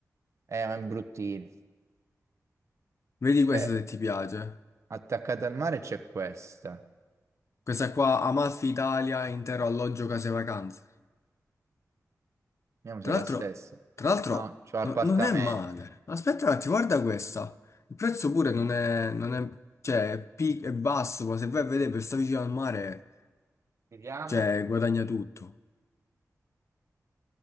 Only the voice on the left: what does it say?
Vedi questo
se ti piace. eh.
Questa qua, Amalfi Italia, intero alloggio, case e vacanze.
Tra
l'altro,
tra l'altro,
no- non è male. Aspetta un attimo, guarda questa. Il prezzo pure non è, non è, cioè, è, pi- è basso, ma se vai a vedere per stare vicino al mare,
cioè, guadagna tutto.